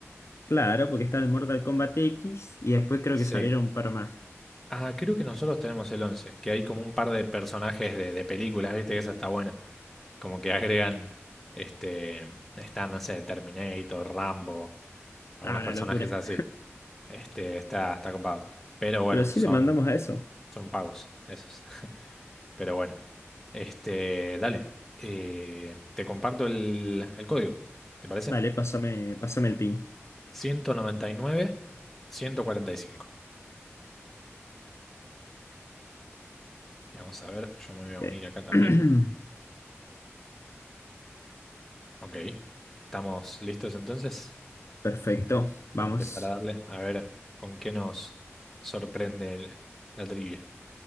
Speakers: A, on the left (about 70°); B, in the centre.
A: Claro, porque está el Mortal Kombat X y después creo
B: Sí.
A: que salieron un par más.
B: Ah, creo que nosotros tenemos el 11, que hay como un par de personajes de, de películas, viste que eso está bueno. Como que agregan, este, está, no sé, Terminator, Rambo, algunos
A: Ah, una
B: personajes
A: locura.
B: así. Este, está, está copado. Pero bueno,
A: Pero sí
B: son,
A: le mandamos a eso.
B: son pagos, esos. <laughs> Pero bueno, este, dale. Eh, te comparto el, el código, ¿te parece?
A: Dale, pásame, pásame el pin.
B: ciento noventa Y nueve ciento cuarenta y cinco Vamos a ver, yo me voy a
A: Eh,
B: unir acá también.
A: <clears throat>
B: Ok, ¿estamos listos entonces?
A: Perfecto, vamos.
B: Para empezar a darle, a ver con qué nos sorprende el- la trivia.